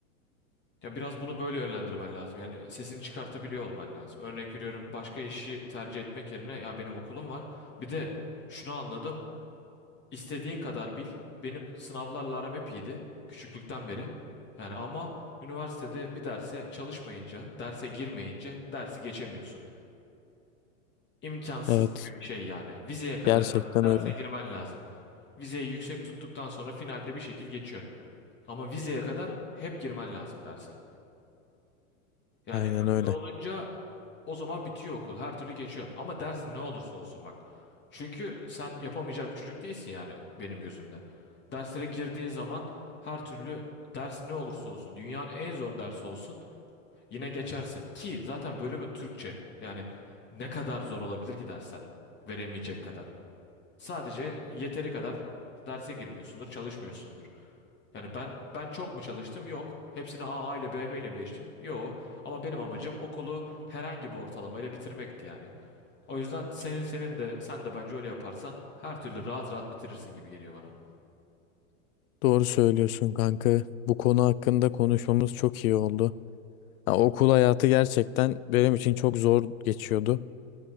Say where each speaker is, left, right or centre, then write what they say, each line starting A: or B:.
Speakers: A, on the left; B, on the left.
A: Ya biraz bunu böyle yönlendirmen lazım. Yani sesini çıkartabiliyor olman lazım. Örnek veriyorum başka işi tercih etmek yerine ya benim okulum var. Bir de şunu anladım. İstediğin kadar bil. Benim sınavlarla aram hep iyiydi. Küçüklükten beri. Yani ama üniversitede bir derse çalışmayınca, derse girmeyince dersi geçemiyorsun. İmkansız
B: evet.
A: gibi bir şey yani. Vizeye kadar
B: Gerçekten
A: hemen
B: öyle.
A: derse girmen lazım. Vizeyi yüksek tuttuktan sonra finalde bir şekil geçiyorsun. Ama vizeye kadar hep girmen lazım derse. Yani
B: Aynen öyle.
A: böyle olunca O zaman bitiyor okul. Her türlü geçiyorsun. Ama dersin ne olursa olsun bak. Çünkü sen yapamayacak bir çocuk değilsin yani benim gözümde. Derslere girdiğin zaman her türlü ders ne olursa olsun, dünyanın en zor dersi olsun yine geçersin. Ki zaten bölümün Türkçe. Yani ne kadar zor olabilir ki dersler? Veremeyecek kadar. Sadece yeteri kadar derse girmiyorsundur, çalışmıyorsundur. Yani ben ben çok mu çalıştım? Yok. Hepsini A A ile B B ile mi geçtim? Yok. Ama benim amacım okulu herhangi bir ortalamayla bitirmekti yani. O yüzden senin senin de sen de bence öyle yaparsan her türlü rahat rahat bitirirsin gibi geliyor bana.
B: Doğru söylüyorsun kanka. Bu konu hakkında konuşmamız çok iyi oldu. Ya, okul hayatı gerçekten benim için çok zor geçiyordu.